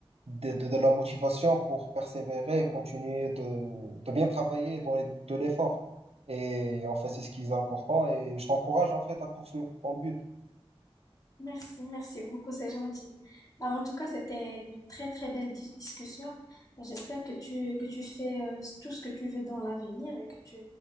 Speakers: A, on the right; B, on the left.
A: de, de, de la motivation pour persévérer et continuer de, de bien travailler dans les- de l'effort. Et en fait, c'est ce qui est important. Et je t'encourage, en fait, à poursuivre ton but.
B: Merci, merci beaucoup, c'est gentil. Bah, en tout cas, c'était une très très belle dis- discussion. J'espère que tu que tu fais euh, tout ce que tu veux dans l'avenir et que tu